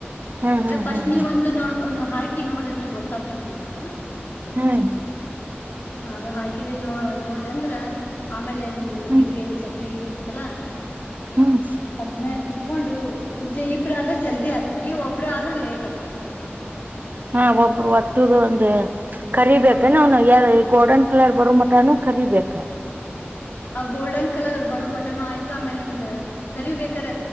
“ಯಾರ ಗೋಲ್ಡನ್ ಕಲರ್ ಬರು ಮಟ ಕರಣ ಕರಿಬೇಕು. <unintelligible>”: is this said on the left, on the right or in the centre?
Right